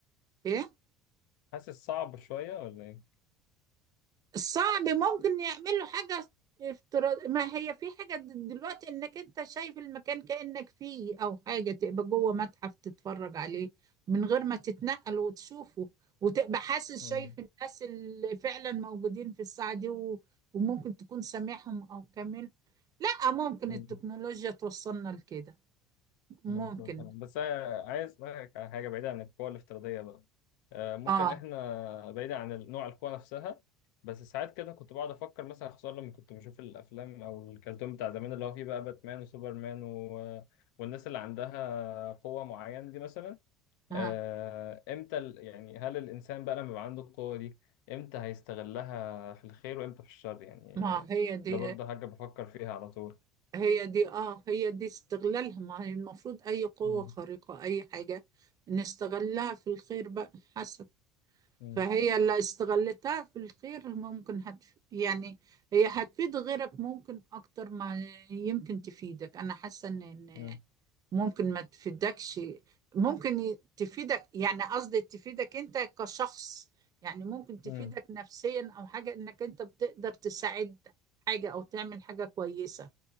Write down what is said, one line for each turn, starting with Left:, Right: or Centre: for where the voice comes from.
Right: إيه؟
Left: حاسس صعب شويه ولا ايه؟
Right: صعب ممكن يعملوا حاجة افتراض ما هي في حاجة د- دلوقتي انك انت شايف المكان كأنك فيه او حاجة تبقى جوه متحف تتفرج عليه من غير ما تتنقل وتشوفه وتبقى حاسس
Left: أمم،
Right: شايف الناس اللي فعلا موجودين في الساعة دي و... وممكن تكون سامعهم او كامل لا ممكن
Left: مم.
Right: التكنولوجيا توصلنا لكده ممكن
Left: مظبوط فعلاً. بس أنا عايز أسألك على حاجة بعيدة عن القوى الافتراضية بقى آه، ممكن
Right: اه
Left: إحنا بعيدة عن ال- نوع القوى نفسها بس ساعات كده كنت بقعد أفكر مثلا خصوصا لما كنت بشوف الأفلام أو الكرتون بتاع زمان اللي هو فيه بقى باتمان وسوبرمان و... والناس اللي عندها قوة معينة دي مثلا
Right: اه
Left: آه، إمتى ال... يعني هل الإنسان بقى لما يبقى عنده القوة دي إمتى هيستغلها في الخير وإمتى في الشر يعني
Right: ما هي دي
Left: ده برضه حاجة بفكر فيها على طول
Right: هي دي اه هي دي استغلالها ما هي المفروض اي قوة
Left: مم.
Right: خارقة اي حاجة نستغلها في الخير بقى حسب
Left: مم.
Right: فهي اللي استغلتها في الخير ممكن هتف... يعني هي هتفيد غيرك ممكن اكتر ما يمكن تفيدك انا حاسة ان إن
Left: مم.
Right: ممكن ما تفيدكش ممكن ي- تفيدك يعني قصدي تفيدك انت كشخص يعني ممكن تفيدك
Left: مم.
Right: نفسيا او حاجة انك انت بتقدر تساعد حاجة او تعمل حاجة كويسة